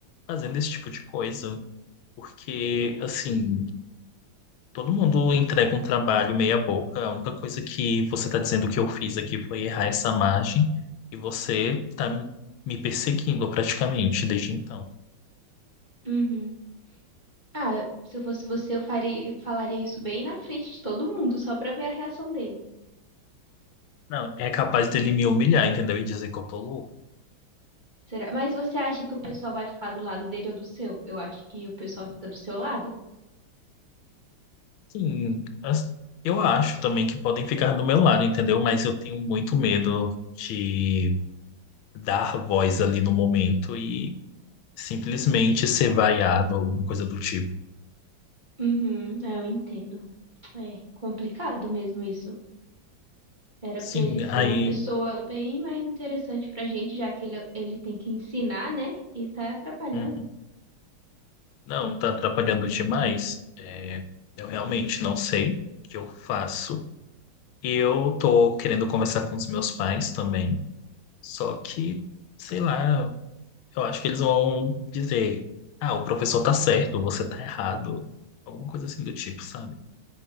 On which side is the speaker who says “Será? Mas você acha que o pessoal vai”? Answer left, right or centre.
Right